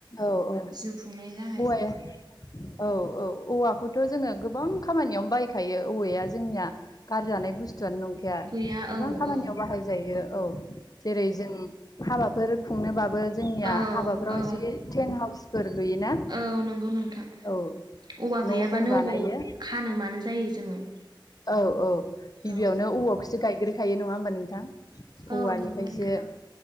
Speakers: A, on the left; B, on the right.
A: औ औ
B: जिउ खुंनाय रा
A: औवाया औ औ औवाखौथ' जोङो गोबां खामानियावनो बायखायो औवाया जोंनिया गार जानाय बुस्थुआनो नंखाया
B: गैया
A: गोबां
B: औ
A: खामानियाव
B: औ
A: बाहायजायो औ जेरै जों हाबाफोर खुंनोबाबो जोंनिया
B: औ
A: हाबाफ्राव
B: औ
A: जि टेन्ट हाउसफोर लुयोना
B: औ नंगौ नोंथां
A: औ
B: औवा
A: न'फोर
B: गैयाबानो
A: बानायो
B: अबाव खानो मानो जायो जोङो
A: औ औ गिबियावनो
B: औ
A: औवाखौसो गायग्रोखायो नङा ओमबा नोंथां औवानिफ्रायसो
B: औ नंगौ नोंथां